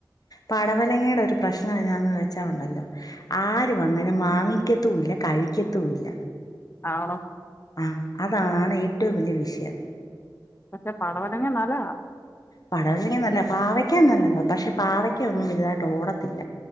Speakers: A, on the left; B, on the left.
A: പടവലങ്ങയുടെ ഒരു പ്രശ്നം എന്നാന്ന് വെച്ചാലുണ്ടല്ലോ ആര് വ അങ്ങനെ മാങ്ങിക്കത്തുല്ല കഴിക്കത്തുല്ല.
B: ആണോ
A: ആഹ് അതാണ് ഏറ്റവും വലിയ വിഷയം.
B: പക്ഷെ പടവലങ്ങ നല്ലതാ
A: പടവലങ്ങ നല്ലതാ പാവയ്ക്ക നല്ലതാ പക്ഷെ പാവയ്ക്ക ഒന്നും വലുതായിട്ട് ഓടത്തില്ല.